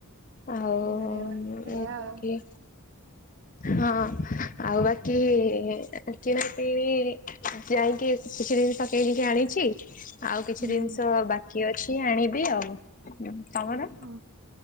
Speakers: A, on the left (about 35°); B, on the right (about 55°).
A: ଆଉ
B: ଆରେ ବାଃ ବଢିଆ
A: ବାକି
B: ଆଉ।
A: ହଁ ଆଉ ବାକି-ଇ-ଇ-ଇ କିଣା କିଣି-ଇ-ଇ-ଇ ଯାଇକି କିଛି ଜିନିଷ କିଣିକି ଆଣିଛି ଆଉ କିଛି
B: ହୁଁ।
A: ଜିନିଷ୍ ଅ ବାକି ଅଛି ଆଣିବି ଆଉ। ତମର?
B: ହଁ